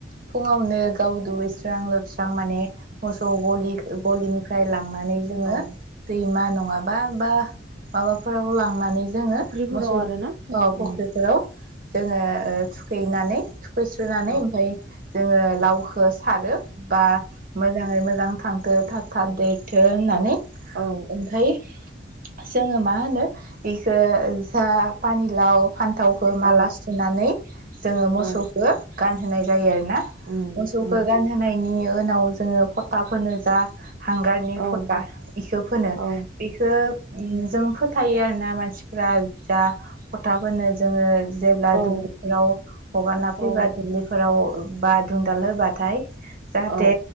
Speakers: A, on the right; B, on the right.
A: फुङावनो गाव दुगैस्रां लोबस्रां माने मोसौ गलि गलिनिफ्राय लां लांनानै जोङो
B: औ
A: दैमा नं नंङाबा बा माबाफोराव लां नैजोङो
B: फुख्रिफोराव
A: मोसौ
B: आरो ना
A: ओ
B: उम
A: फुख्रिफोराव
B: उम
A: जोङो ओ थुखैनानै थुखैस्रोनानै
B: औ
A: ओमफाय जोङो लावखो सारो बा मोजाङै मोजां थां थो थाब थाब देर थो होननानै
B: औ
A: ओमफ्राय जोङो मा होनो बेखौ जा पानिलाव फान्थावखौ
B: औ
A: माला सुनानै जोङो मोसौखो
B: औ
A: गानहोनाय जायो आरोना
B: उम
A: मोसौखो
B: उम
A: गानहोनाय बिनि उनाव जोङो फथा फोनो जा हांगारनि
B: औ
A: फटा इखो फोनो
B: औ
A: बेखो उम जों फोथायो आरोना मानसिफोरा जा फथा फोनो। जोङो जेब्ला
B: औ
A: दुब्लि आव हगारना फैबा
B: औ
A: दुब्लिफो आव बा दुंदाल होबाथाय जाहाथे
B: औ